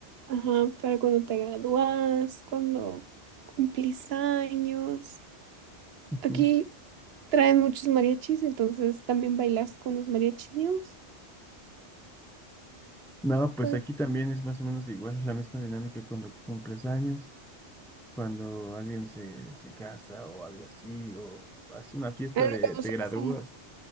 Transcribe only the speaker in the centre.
Ujú.
No, pues
aquí también es más o menos igual, la misma dinámica cuando cumples años. cuando alguien se, se casa o algo así, o hace una fiesta
de
te
gradúas.